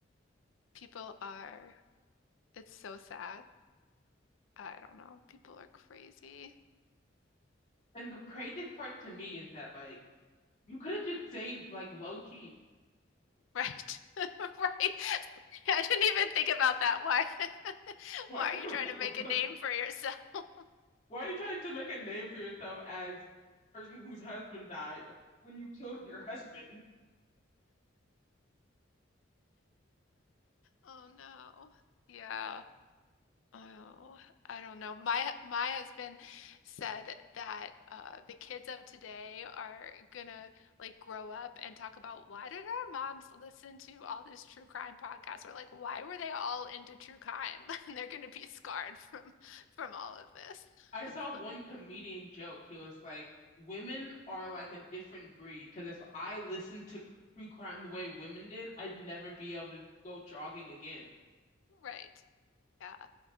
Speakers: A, on the left (about 80°); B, on the left (about 35°).
A: People are it's so sad. I don't know. People are crazy.
B: And the craziest part to me is that like you could have just stayed like low key.
A: Right. <laughs> Right. I didn't even think about that. Why <laughs>
B: <laughs> Why
A: why
B: are you
A: are you
B: writing
A: trying to make
B: a book
A: a name for yourself? <laughs>
B: Why are you trying to make a name for yourself as the person whose husband died when you killed your husband?
A: Oh no. Yeah. Oh, I don't know. My my husband said that uh, the kids of today are gonna like grow up and talk about why did our moms listen to all this true crime podcast? Or like why were they all into true crime? <laughs> And they're gonna be scarred from from all of this.
B: I saw
A: <laughs>
B: one comedian joke. He was like, "Women are like a different breed because if I listened to true crime the way women did, I'd never be able to go jogging again."
A: Right. Yeah.